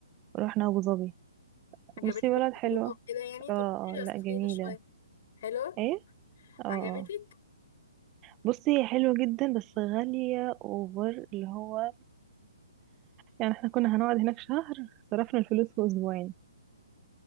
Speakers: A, on the right (about 20°); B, on the left (about 45°).
A: رحنا ابو ظبي
B: عجبتك
A: بصي بلد
B: التجربة
A: حلوة
B: وكده يعني طب
A: اه
B: كده
A: اه
B: سافرتي
A: لا جميلة
B: شوية حلو
A: ايه اه
B: عجبتك
A: آه. بصي هي حلوة جدا بس غالية اوفر اللي هو يعني احنا كنا هنقعد هناك شهر صرفنا الفلوس في اسبوعين